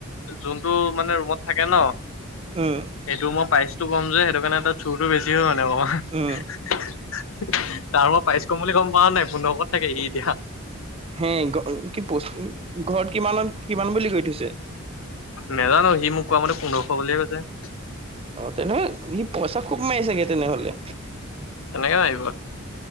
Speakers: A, on the left; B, on the right.
A: যোনতটো মানে ৰুমত থাকে ন সেইটো
B: উম
A: মই প্ৰাইচতটো কম যে। সেটো কাৰণে ত চুৰতটো বেছি হয়।
B: উম
A: <unintelligible> তাৰ মই পাইচ কম বুলি গ'ম পাওঁ নাই পোন্ধৰশ। ত তাকে এ দিয়া।
B: হে কি ঘৰত কিমানত কিমান বুলি কৈ থৈছে।
A: নাজানো সি মোক কোৱ মতে পোন্ধৰশ বুলিয়ে কৈছে।
B: অ তেনেকে সি পইচা খুব মাৰি চাগে তেনেহ'লে।
A: কেনেকে মাৰিব।